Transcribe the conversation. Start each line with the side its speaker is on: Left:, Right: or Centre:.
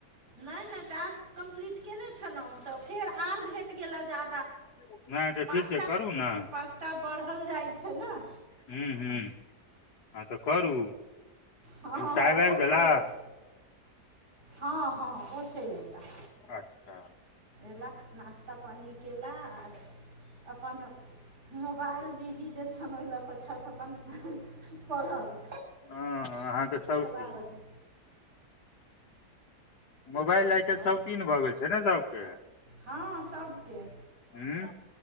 Right: नइ नइ टास्क कम्प्लीट कयने छलहुँ तऽ फेर आर भेट गेलए जा
Left: नहि तऽ
Right: पाँच
Left: ठीक छै करू ने
Right: पाँच बढ़ल जाइ छै। न
Left: हूँ हूँ हँ तऽ करू
Right: हँ हँ, हँ
Left: साहेब
Right: उएह
Left: आबि गेला।
Right: करै छी हँ हँ ओ चलि एलऽ।
Left: अच्छा।
Right: एला नास्ता पानी केला आर। अपन मोबाइल बीवी जे छनि ओहि लऽ कऽ छथि अपन। पड़ल
Left: हँ अहाँके सौती
Right: चला रहल।
Left: मोबाइल आइ काल्हि
Right: आओर
Left: सौतिन भऽ गेल छै। ने सबके।
Right: हँ सभके
Left: हूँ